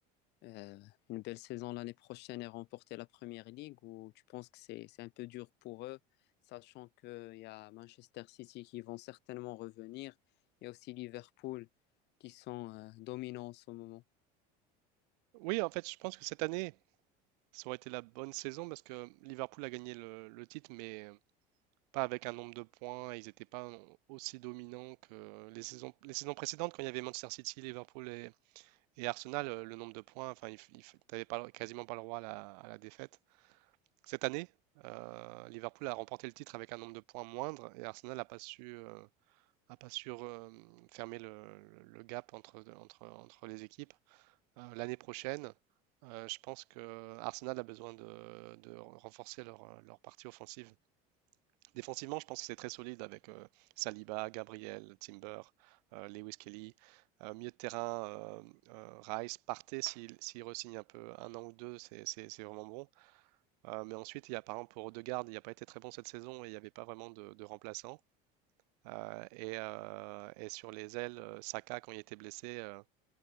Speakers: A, on the left; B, on the right.
A: euh, une belle saison l'année prochaine et remporter la Première Ligue ou tu penses que c'est c'est un peu dur pour eux, sachant qu'il y a Manchester City qui vont certainement revenir, il y a aussi Liverpool qui sont euh, dominants en ce moment.
B: Oui, en fait, je pense que cette année, ça aurait été la bonne saison parce que Liverpool a gagné le, le titre, mais pas avec un nombre de points. Ils n'étaient pas aussi dominants que les saisons, les saisons précédentes, quand il y avait Manchester City, Liverpool et, et Arsenal, euh, le nombre de points, enfin, il, il t'avais pas, quasiment pas le droit à la, à la défaite. Cette année, euh, Liverpool a remporté le titre avec un nombre de points moindre et Arsenal n'a pas su euh, à pas sûr euh, fermer le, le- gap entre, entre, entre les équipes. Euh, l'année prochaine, euh, je pense que Arsenal a besoin de, de renforcer leur, euh, leur partie offensive. Défensivement, je pense que c'est très solide avec euh, Saliba, Gabriel, Timber, euh, Lewis Kelly. Euh, milieu de terrain, euh, euh, Rice, Partey, s'il s'il re-signe un peu un an ou deux, c'est c'est- c'est vraiment bon. Euh, mais ensuite, il y a par exemple pour Odegaard, il n'a pas été très bon cette saison et il n'y avait pas vraiment de, de remplaçant. Euh, et, euh, et sur les ailes, euh, Saka, quand il était blessé, euh,